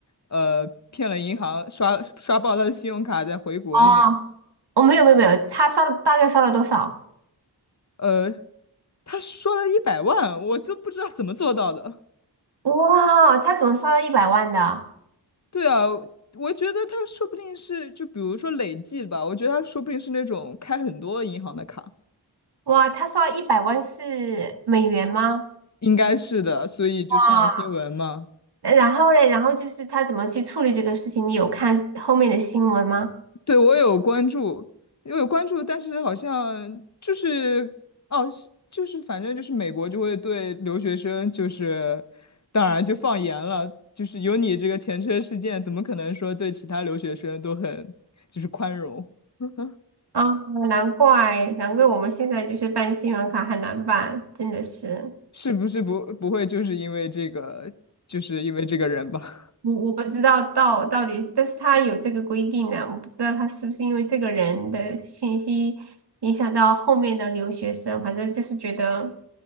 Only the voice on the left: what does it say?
呃，骗了银行，刷刷爆他的信用卡再回国的那个，
呃，他刷了一百万，我都不知道怎么做到的。
对啊，我觉得他说不定是，就比如说累计吧，我觉得他说不定是那种开很多银行的卡，
应该是的，所以就上了新闻嘛。
对，我有关注，我有关注，但是好像就是哦，是就是反正就是美国就会对留学生就是当然就放严了，就是有你这个前车事件，怎么可能说对其他留学生都很就是宽容？<laughs>
是不是不不会就是因为这个，就是因为这个人吧？